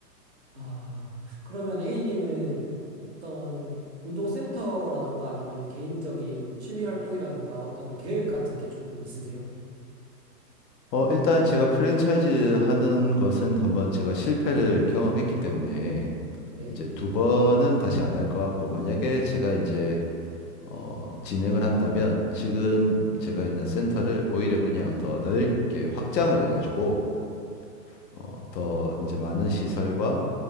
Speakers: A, on the right (about 45°); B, on the left (about 80°).
A: 아, 그러면 A님은 어떤 운동센터라던가 아니면 개인적인 취미 활동이라던가 어떤 계획 같은 게 조금 있으세요?
B: 어, 일단 제가 프랜차이즈 하는 것은 한번 제가 실패를 경험했기 때문에
A: 네.
B: 이제 두 번은 다시 안 할 것 같고, 만약에 제가 이제 어, 진행을 한다면 지금 제가 있는 센터를 오히려 그냥 더 넓게 확장을 해가지고 어, 더 이제 많은 시설과